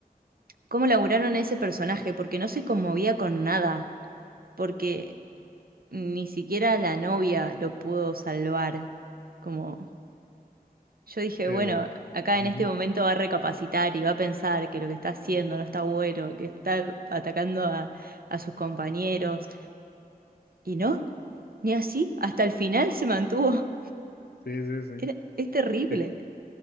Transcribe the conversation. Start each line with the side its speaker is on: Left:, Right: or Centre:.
Right: cómo laburaron ese personaje, porque no se conmovía con nada, porque ni siquiera la novia lo pudo salvar. Como yo dije,
Left: Sí,
Right: bueno,
Left: sí.
Right: acá en
Left: ujú,
Right: este momento va a recapacitar y va a pensar que lo que está haciendo no está bueno, que está atacando a a sus compañeros. Y no, ni así, hasta el final se mantuvo.
Left: Sí, sí, sí.
Right: Era- es terrible.
Left: Sí, sí,